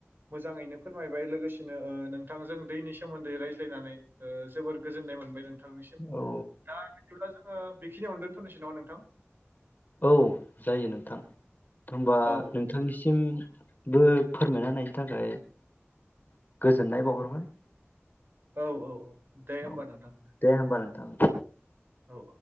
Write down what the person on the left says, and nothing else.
औ
औ जायो नोंथां। होनबा
नोंथांनिसिम बो फोरमायनाहोनाय <unintelligible> गोजोन्नाय बावहरबाय।
औ
दे होमबा नोंथां